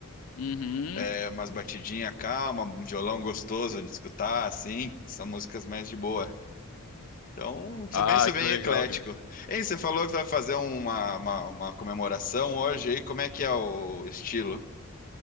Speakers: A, on the left; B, on the left.
A: Uhum.
B: É umas batidinhas calma, um violão gostoso de escutar, assim, são músicas mais de boa. Então, sou
A: Ah,
B: bem, sou bem
A: que legal,
B: eclético.
A: cara.
B: Ei, você falou que vai fazer uma, uma, uma comemoração hoje aí. Como é que é o estilo?